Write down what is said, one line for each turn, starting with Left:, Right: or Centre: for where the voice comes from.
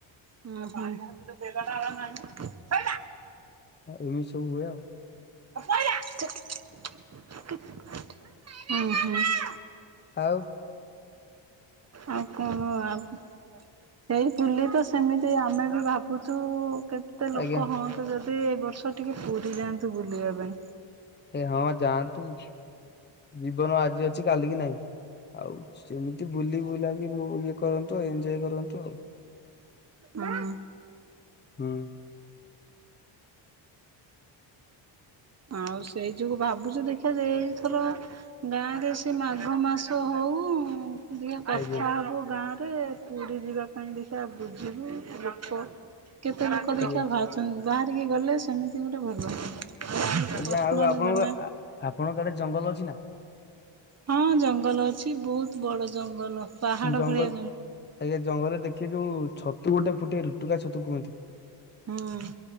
Right: ହ ବେଲ ନା ନହିଁ <unintelligible>
Left: ଏମିତି ସବୁ ହୁଏ ଆଉ
Right: ହୁ <unintelligible>
Left: ଆଉ
Right: ଆଉ କଣ ଆଉ ସେଇ ବୁଲି ତ ସେମିତି ଆମେ ବି ଭାବୁଛୁ କେତେ ଲୋକ
Left: ଆଜ୍ଞା
Right: ହୁଅନ୍ତୁ ଯଦି ଏ ବର୍ଷ ଟିକେ ପୁରୀ ଯାଆନ୍ତୁ ବୁଲିବା ପାଇଁ।
Left: ଏ ହଁ ଯାଆନ୍ତୁ ଜୀବନ ଆଜି ଆଜି ଅଛି କାଲି କି ନାଇଁ ଆଉ ସେମତି ବୁଲି ବୁଲା ବି ଇଏ କରନ୍ତୁ ଏଞ୍ଜୟ କରନ୍ତୁ ଆଉ।
Right: ହଁ।
Left: ଉଁ।
Right: ଆଉ ସେଇ ଯଉ ଭାବୁଛୁ ଦେଖିବା ଯେ ଏଇଥର ଗାଁରେ ସେ ମାଘ ମାସ ହଉ ସେ କଥା
Left: ଆଜ୍ଞା
Right: ହବାକୁ ଗାଁ ତେ ପୁରୀ ଯିବା ପାଇଁ ଦେଖିଆ ବୁଝିବୁ ଲୋକ କେତେ ଲୋକ ଦେଖିଆ
Left: ଆଜ୍ଞା
Right: ବାହାରୁଚ ତମେ ବାହାରିଗି ଗଲେ ସେମିତି ଗୋଟେ ଭଲ ହୁଅନ୍ତା। ଏମିତି
Left: ଆଜ୍ଞା
Right: ପର୍ସନାଲ
Left: ଆଉ ଆପଣଙ୍କ
Right: ଗଲା
Left: ଆପଣଙ୍କ କ ଆଡେ ଜଙ୍ଗଲ ଅଛି ନା?
Right: ହଁ ଜଙ୍ଗଲ ଅଛି ବହୁତ ବଡ ଜଙ୍ଗଲ ପାହାଡ
Left: ଜଙ୍ଗଲ
Right: ଭଳିଆ
Left: ଆଜ୍ଞା ଜଙ୍ଗଲରେ ଦେଖିବେ ଯୋଉ ଛତୁ ଗୋଟେ ଫୁଟେ ରୁଟୁକା ଛତୁ କୁହନ୍ତି।
Right: ହୁଁ।